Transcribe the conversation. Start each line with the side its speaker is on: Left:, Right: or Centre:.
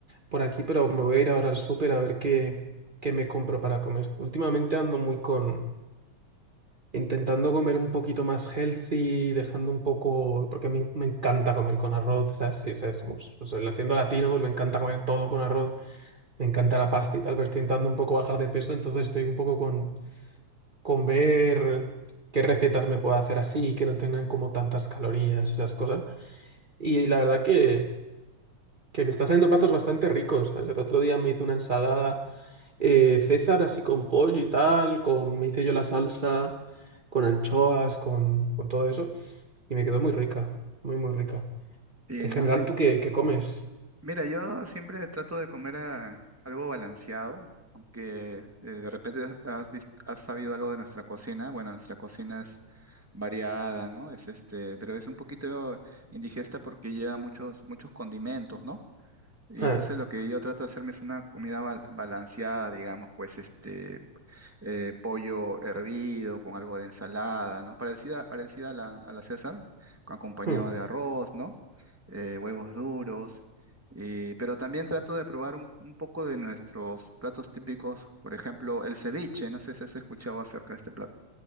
Right: por aquí, pero me voy a ir ahora al súper a ver qué, qué me compro para comer. Últimamente ando muy con, intentando comer un poquito más healthy, dejando un poco, porque me, me encanta comer con arroz, o sea, sí, o sea, somos- o sea, siendo latino, pues me encanta comer todo con arroz, me encanta la pasta y tal, pero estoy intentando un poco bajar de peso, entonces estoy un poco con con ver qué recetas me puedo hacer así, que no tengan como tantas calorías, esas cosas. Y la verdad que, que me están saliendo platos bastante ricos. ¿sabes? El otro día me hice una ensalada eh, César así con pollo y tal, con, me hice yo la salsa, con anchoas, con, con todo eso, y me quedó muy rica, muy, muy rica.
Centre: Sí,
Right: En
Centre: ¿no?
Right: general,
Centre: Eh,
Right: ¿tú qué, qué comes?
Centre: mira, yo siempre trato de comer ah, algo balanceado, aunque eh, de repente has, vis- has sabido algo de nuestra cocina. Bueno, nuestra cocina es variada, ¿no? Es este, pero es un poquito indigesta porque lleva muchos, muchos condimentos, ¿no? Y
Right: Ah,
Centre: entonces lo que yo trato de hacerme es una comida bal- balanceada, digamos, pues este eh, pollo hervido con algo de ensalada, ¿no? Parecida, parecida a la, a la César, con acompañado
Right: hmm,
Centre: de arroz, ¿no? Eh, huevos duros. Y, pero también trato de probar un, un poco de nuestros platos típicos, por ejemplo, el ceviche, no sé si has escuchado acerca de este plato.